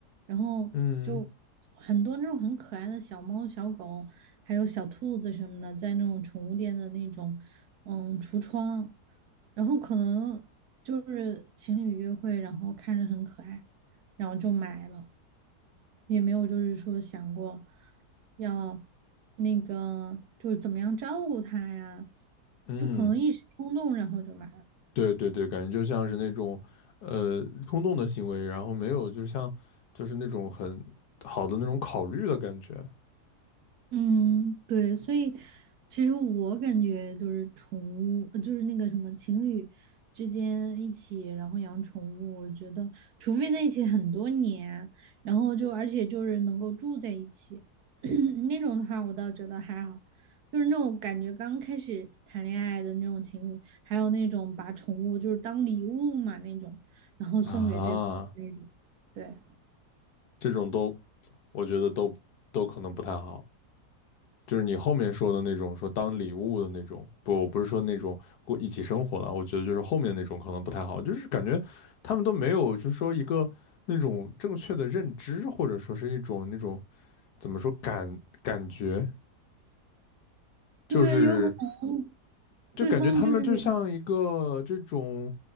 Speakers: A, on the right; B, on the left.
A: 然后就很多那种很可爱的小猫、
B: 嗯
A: 小狗，还有小兔子什么的，在那种宠物店的那种嗯橱窗，然后可能就是情侣约会，然后看着很可爱。然后就买了，也没有就是说想过要那个就是怎么样照顾他呀，
B: 嗯。
A: 就可能一时冲动，然后就买了。
B: 对对对，感觉就像是那种，呃，冲动的行为，然后没有，就像就是那种很好的那种考虑的感觉
A: 嗯，对，所以其实我感觉就是宠物，呃就是那个什么情侣之间一起，然后养宠物，我觉得除非在一起很多年，然后就而且就是能够住在一起 <clears throat> 那种的话，我倒觉得还好。就是那种感觉刚开始谈恋爱的那种情侣，还有那种把宠物就是当礼物嘛那种，然后送给对方的那种，
B: 啊，
A: 对。
B: 这种都，我觉得都都可能不太好。就是你后面说的那种，说当礼物的那种，不，我不是说那种过一起生活的，我觉得就是后面那种可能不太好，就是感觉他们都没有，就是说一个那种正确的认知，或者说是一种那种怎么说感感觉，就是。
A: 对，有可能
B: 就感觉他们就像一个这种，
A: 对方就是